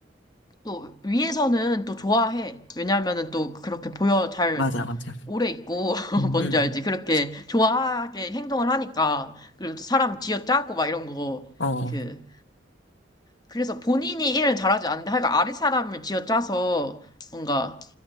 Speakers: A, on the left (about 20°); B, on the left (about 80°).
A: 또 위에서는 또 좋아해. 왜냐하면은 또 그렇게 보여 잘
B: 맞아, 맞아.
A: 오래 있고 <laughs>
B: 음,
A: 뭔지
B: 음.
A: 알지? 그렇게
B: 그치?
A: 좋아하게 행동을 하니까 그리고 또 사람 쥐어짜고 막 이런 거
B: 어,
A: 그 그래서 본인이 일을 잘하지 않는데 하여간 아래 사람을 쥐어짜서 뭔가